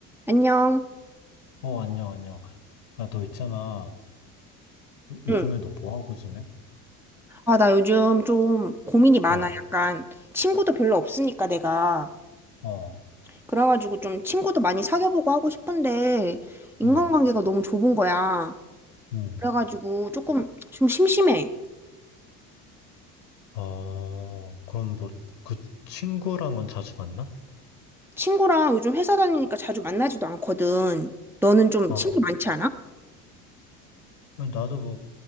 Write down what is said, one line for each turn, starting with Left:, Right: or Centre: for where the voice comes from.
Centre: 안녕.
Left: 어, 안녕, 안녕. 야, 너 있잖아. 너, 요즘에
Centre: 응,
Left: 너 뭐 하고 지내?
Centre: 아, 나 요즘 좀 고민이 많아.
Left: 어,
Centre: 약간 친구도 별로 없으니까 내가.
Left: 어,
Centre: 그래가지고 좀 친구도 많이 사귀어보고 하고 싶은데 인간관계가
Left: 음,
Centre: 너무 좁은 거야.
Left: 음.
Centre: 그래가지고 조금 좀 심심해.
Left: 어, 그럼 뭐, 그 친구랑은 자주 만나?
Centre: 친구랑 요즘 회사 다니니까 자주 만나지도 않거든. 너는 좀
Left: 어,
Centre: 친구 많지 않아?
Left: 나도 뭐,